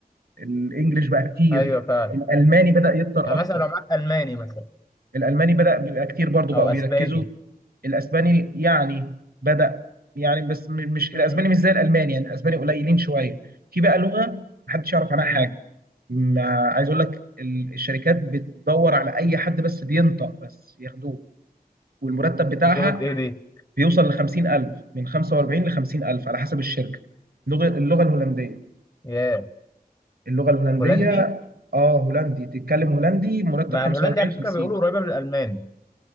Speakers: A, on the right; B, on the left.
A: الانجليش بقى كتير
B: ايوه فعلا
A: الالماني بدأ يكتر
B: يعني
A: اكتر
B: مثلا لو معاك الماني مثلا
A: الالماني بدأ بيبقى كتير برضو بقوا
B: او
A: بيركزوا
B: اسباني
A: الاسباني يعني بدأ يعني بس م- مش
B: مم.
A: الاسباني مش زي الالماني يعني الاسباني قليلين شوية في بقى لغة محدش يعرف عنها
B: مم.
A: حاجة ما عايز اقول لك ال- الشركات بتدور على اي حد بس بينطق بس ياخدوه والمرتب بتاعها
B: لغه ايه دي
A: بيوصل ل 50000 من 45 ل 50000 على حسب الشركة اللغة اللغة الهولندية
B: ياه
A: اللغه الهولنديه
B: هولندي
A: اه هولندي تتكلم هولندي مرتب
B: ما
A: 45
B: الهولندي على
A: 50
B: فكره بيقولوا قريبه من الالماني